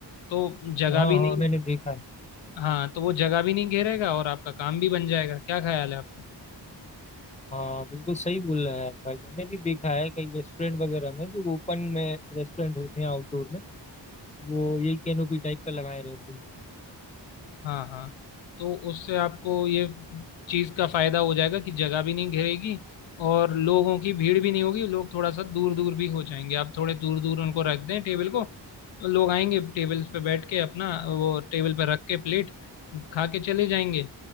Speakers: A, on the left; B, on the left.
A: तो जगह
B: हाँ
A: भी नहीं
B: हाँ मैंने देखा है
A: हाँ तो वो जगह भी नहीं घेरेगा और आपका काम भी बन जाएगा क्या ख्याल है आपका
B: हाँ बिल्कुल सही बोल रहा है यार भाई मैंने भी देखा है कई रेस्टोरेंट वगैरह में जो ओपन में रेस्टोरेंट होते हैं आउटडोर में वो यही कैनोपी टाइप का लगाए रहते हैं
A: हाँ हाँ तो उससे आपको ये चीज़ का फायदा हो जाएगा कि जगह भी नहीं घेरेगी और लोगों की भीड़ भी नहीं होगी लोग थोड़ा सा दूर दूर भी हो जाएंगे आप थोड़े दूर दूर उनको रख दें टेबल को तो लोग आएंगे टेबल पे बैठ के अपना वो टेबल पे रख के प्लेट खा के चले जाएंगे